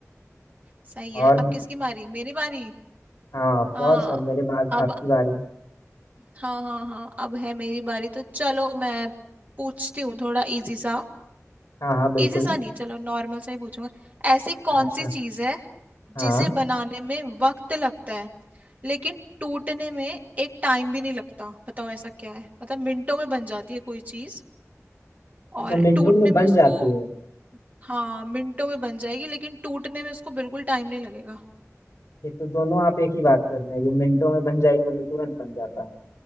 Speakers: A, on the right (about 30°); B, on the left (about 80°).
A: सही
B: और
A: है अब किसकी बारी मेरी बारी
B: हाँ ऑफ
A: हाँ
B: कोर्स अब मेरे बाद
A: अब
B: आपकी बारी
A: हाँ हाँ हाँ अब है मेरी बारी तो चलो मैं पूछती हूँ थोड़ा इजी सा
B: हाँ हाँ बिल्कुल
A: इजी सा नहीं चलो नॉर्मल सा ही पूछूंगा ऐसी कौन
B: अच्छा
A: सी चीज है
B: हाँ
A: जिसे बनाने में वक्त लगता है लेकिन टूटने में एक टाइम भी नहीं लगता बताओ ऐसा क्या है मतलब मिनटों में बन जाती है कोई चीज
B: अच्छा
A: और
B: मिनटों
A: टूटने
B: में
A: में
B: बन
A: उसको
B: जाती है
A: हाँ मिनटों में बन जाएगी लेकिन टूटने में उसको बिल्कुल टाइम नहीं लगेगा
B: ये तो दोनों आप एक ही बात कर रहे हैं ये मिनटों में बन जाएगी मतलब तुरंत बन जाता है